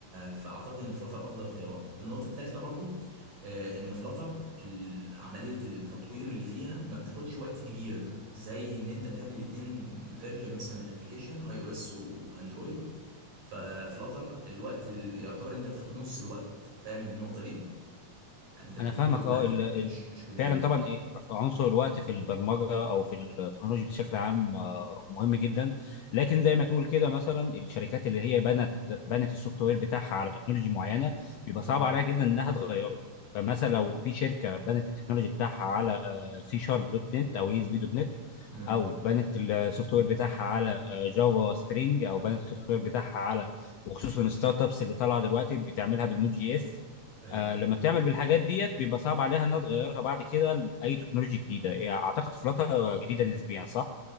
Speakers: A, on the right (about 90°); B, on the left (about 75°).
A: فأعتقد إن فلتر أفضل خيار النقطة التالتة برضو آه، ان فلاتر عمليه التطوير اللي فيها ما بتاخدش وقت كبير زي ان انت تعمل اتنين فيرجن مثلا من الابليكيشن اي او اس واندرويد ففلاتر الوقت اللي يعتبر انت بتاخد نص الوقت فاهم النقطه دي يعني انت بتكتب
B: انا فاهمك
A: كود واحد
B: اه ال- ال-
A: مش مش كودين
B: فعلا طبعا إيه، عنصر الوقت في البرمجه او في التكنولوجيا بشكل عام آه، مهم جدا لكن زي ما تقول كده مثلا الشركات اللي هي بنت بنت السوفت وير بتاعها على تكنولوجيا معينه بيبقى
A: امم
B: صعب عليها جدا انها تغيره فمثلا لو في شركه بنت التكنولوجي بتاعها على سي شارب دوت نت او اي اس بي دوت نت
A: امم
B: او بنت السوفت وير بتاعها على آه، جافا سبرينج او بنت السوفت وير بتاعها على وخصوصا الستارت ابس اللي طالعه دلوقتي بتعملها بالنود جي اس
A: ايوه
B: آه، لما تعمل بالحاجات ديت بيبقى صعب عليها انها تغيرها بعد كده لاي تكنولوجيا جديده يعني اعتقد فلاتر جديده نسبيا صح